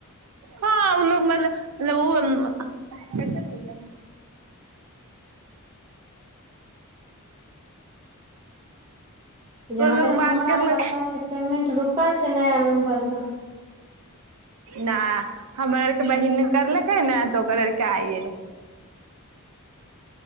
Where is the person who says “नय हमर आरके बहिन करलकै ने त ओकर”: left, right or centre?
Right